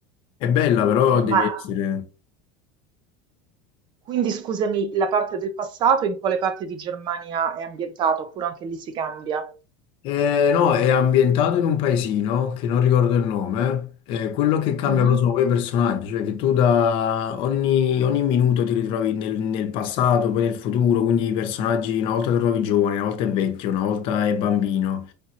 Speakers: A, on the left; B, on the right.
A: È bella, però
B: Ah,
A: devi
B: Ma
A: essere...
B: quindi scusami, la parte del passato in quale parte di Germania è ambientata? Oppure anche lì si cambia?
A: Eh, no, è ambientato in un paesino che non ricordo il nome. eh, quello che cambia
B: Mhm,
A: però sono poi i personaggi, cioè che tu da ogni, ogni minuto ti ritrovi nel, nel passato, poi nel futuro, quindi i personaggi una volta ti trovi giovane, una volta è vecchio, una volta è bambino.